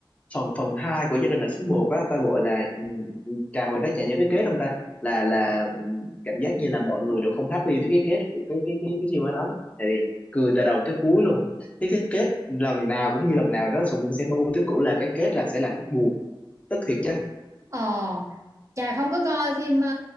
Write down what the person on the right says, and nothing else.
Ờ Chà không có coi phim ờ,